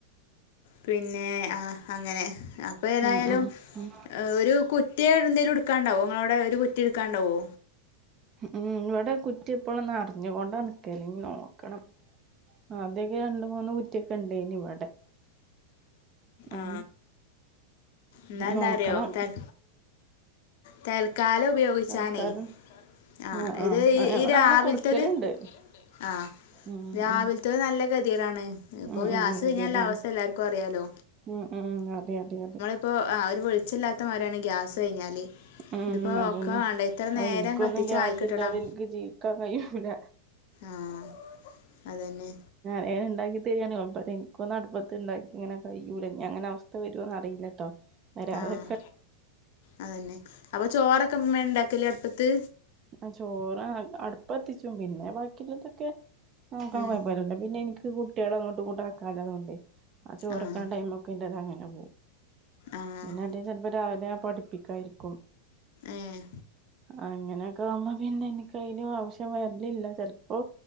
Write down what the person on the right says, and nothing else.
ഉം ഉം ഉം
ഉ ഇവിടെ കുറ്റി എപ്പോഴും നറിഞ്ഞുകൊണ്ട് നിൽക്കല് നോക്കണം ആദ്യക്കെ രണ്ട് മൂന്ന് കുറ്റിയൊക്കെണ്ടേനി ഇവടെ ഉം
നോക്കണം
തൽക്കാലം
ആ
ആ ഞങ്ങളങ്ങനെ
കൊടുക്കലുണ്ട്
ഉം ഉം
ഉം
ഉം
ഉം ഗതികേടാണ്
ഉം ഉം ഉ അതെയതെയതെ
ഉം
അതന്നെ
ഓ
എനിക്കൊന്നും
ഗ്യാസില്ലാതെ
എനിക്ക് ജീവിക്കാൻ കഴിയൂല
വേ ഉണ്ടാക്കിത്തരാണെങ്കില് <unintelligible> ഇന്ക്ക് ഒന്ന് അട്പ്പത്ത്ണ്ടാക്ക ഇങ്ങനെ കയ്യൂലങ്ങനെ അവസ്ഥവരോന്നറീല്ല ട്ടൊ വരാതെ
ആഹ് ചോറ് അട്പ്പത്തിച്ചും പിന്നെ ബാക്കിള്ളീനൊക്കെ നോക്കാൻ
കൊയപ്പല്ല്യല്ലൊ പിന്നെ ഇനി ഇക്ക് കുട്ട്യോളൊ അങ്ങട്ടും ഇങ്ങട്ടും ആക്കാള്ള തേണ്ടേ ആ ചോറെക്ക്ണ
ടൈമൊക്കെ ന്റെത് അങ്ങനെ പോവും.
പിന്നെ അധികം ചെലപ്പം രാവിലെ പഠിപ്പിക്കാനിരിക്കും
അങ്ങനെയൊക്കെ ആവുമ്പോ പിന്നെ അയ്ന് ആവശ്യം വരലില്ല ചെലപ്പോ